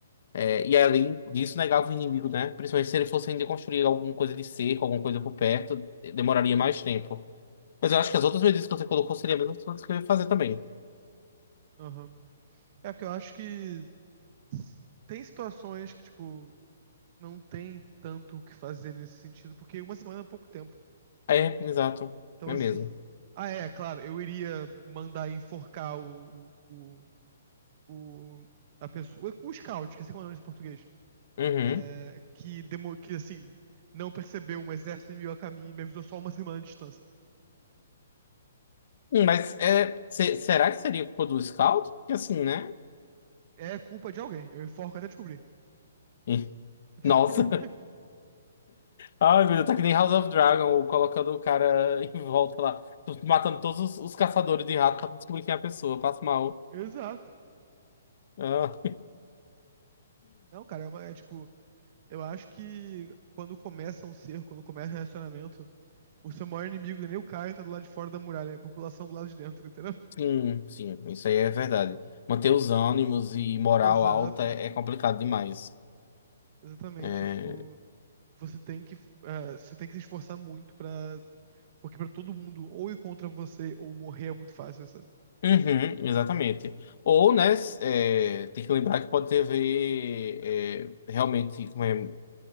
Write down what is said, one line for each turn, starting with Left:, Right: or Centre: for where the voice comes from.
Left: É, e além disso, negava o inimigo, né? Principalmente se ele fosse ainda construir alguma coisa de cerco, alguma coisa por perto, demoraria mais tempo. Mas eu acho que as outras medidas que você colocou seriam as mesmas coisas que eu ia fazer também.
Right: Aham. É porque eu acho que s- tem situações que, tipo, não tem tanto o que fazer nesse sentido, porque uma semana é pouco tempo.
Left: É, exato.
Right: Então,
Left: É
Right: assim.
Left: mesmo.
Right: Ah, é, claro, eu iria mandar enforcar o, o, o, a pessoa. O scout, que sei como é o nome em português.
Left: Uhum.
Right: é, que, demo, que, assim, não percebeu um exército inimigo a caminho e me avisou só uma semana de distância.
Left: Hum, Mas é, se- será que seria culpa do Scout? Porque assim, né?
Right: É culpa de alguém. Eu enforco até descobrir.
Left: <laughs> Ih,
Right: <laughs>
Left: Nossa. Ai, meu Deus, tá que nem House of Dragon, ou colocando o cara <laughs> em volta lá, matando todos os, os caçadores de rato pra descobrir quem é a pessoa, Passa mal.
Right: Exato.
Left: Ah,
Right: Não, cara, é, uma- é tipo, eu acho que quando começa um cerco, quando começa um relacionamento, O seu maior inimigo, é nem o Caio, tá do lado de fora da muralha. É a população do lado de dentro, entendeu?
Left: sim, sim, isso aí é verdade. Manter os ânimos e
Right: <laughs>
Left: moral
Right: Exato.
Left: alta é, é complicado demais.
Right: Exatamente.
Left: É,
Right: Tipo, você tem que, eh, você tem que se esforçar muito pra. Porque pra todo mundo ou ir contra você ou morrer é muito fácil, sabe?
Left: uhum, exatamente. Ou, né, s- é, tem que lembrar que pode ter a ver é, realmente como é.